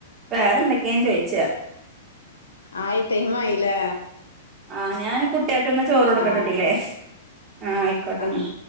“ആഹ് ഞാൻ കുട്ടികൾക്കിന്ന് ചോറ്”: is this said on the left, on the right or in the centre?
Right